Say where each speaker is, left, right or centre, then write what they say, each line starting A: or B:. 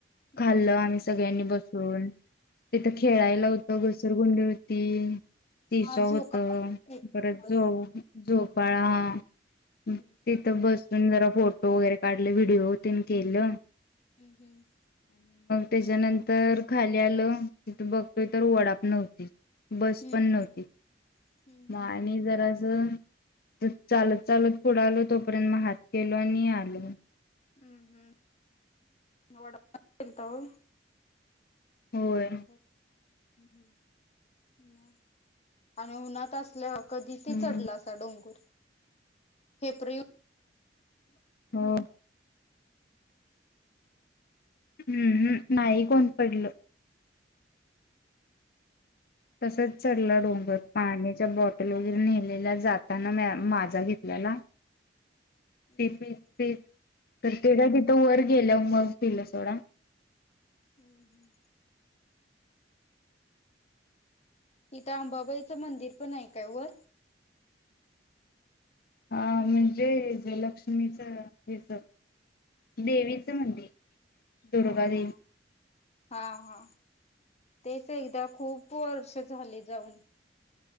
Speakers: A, on the left; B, on the left.
A: हम्म
B: खाल्लं आम्ही सगळ्यांनी बसून, तिथं
A: हम्म
B: खेळायला
A: हम्म
B: होतं घस घसरगुंडी होती. तीस्वा
A: आज
B: होत
A: झोका
B: परत
A: बरं.
B: जाऊन झोपाळा
A: हम्म
B: तेिथ बस मी पण जरा फोटो वगैरे काढले, व्हिडिओ तेन केलं.
A: हम्म हम्म.
B: त्याज्यानंतर खाली आलं, तिथ बघतोय तर वडाप नव्हती. बस
A: हम्म
B: पण नव्हती,
A: हम्म
B: म
A: हम्म
B: आणि जरा ज चालत चालत पुढे आलो तोपर्यंत म हात केलो आणि आलो.
A: हम्म हम्म वडा <unintelligible> केलता होय?
B: होय.
A: ह मग आणि उन्हात असल्याव कधी ते
B: हम्म.
A: चढलासा डोंगूर फेप्र येऊन
B: हो. हम्म हम् नाही कोण पडल. तसच चढला डोंगर पाण्याच्या बॉटल वगैरे नेलेल्या, जाताना म्या माजा घेतलेला.
A: हम्म
B: ते
A: हम्म
B: पित पित ते काय तिथं वर गेल्यावर मग पिलं सोडा.
A: हम्म हम्म. तिथं अंबाबाईचं मंदिर पण आहे काय वर?
B: हा म्हणजे लक्ष्मीच हेच देवीचं मंदिर. दुर्गादेवी
A: अ ह हा हा. तेच एकदा खूप वर्ष झाले जाऊन.